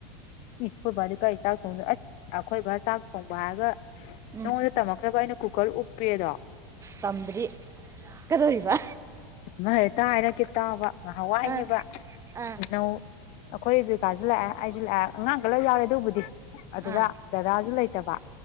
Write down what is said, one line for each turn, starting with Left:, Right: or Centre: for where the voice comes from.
Left: ꯏꯁꯀꯣꯏꯕꯗꯤ ꯀꯔꯤ ꯆꯥꯛ ꯊꯣꯡꯗꯦ ꯑꯁ ꯑꯈꯣꯏꯕ ꯆꯥꯛ ꯊꯣꯡꯕ ꯍꯥꯏꯔꯒ
Right: ꯎꯝ
Left: ꯅꯉꯣꯟꯗ ꯇꯝꯂꯈ꯭ꯔꯕ ꯑꯩꯅ ꯀꯨꯀꯔ ꯎꯞꯄꯦꯗꯣ
Right: ꯇꯝꯗ꯭ꯔꯤ ꯀꯗꯧꯔꯤꯕ
Left: ꯑꯃ ꯍꯦꯛꯇ ꯍꯥꯏꯔꯛꯀꯦ ꯇꯥꯕ ꯉꯍꯥꯟꯋꯥꯏꯅꯦꯕ
Right: ꯑꯥ ꯑꯥ
Left: ꯏꯅꯧ ꯑꯩꯈꯣꯏ ꯏꯕꯤꯀꯥꯁꯨ ꯂꯥꯛꯑꯦ ꯑꯩꯁꯨ ꯂꯥꯛꯑꯦ ꯑꯉꯥꯡꯒ ꯂꯣꯏ ꯌꯥꯎꯔꯦ ꯑꯗꯨꯕꯨꯗꯤ ꯑꯗꯨꯗ
Right: ꯑꯥ
Left: ꯗꯗꯥꯁꯨ ꯂꯩꯇꯕ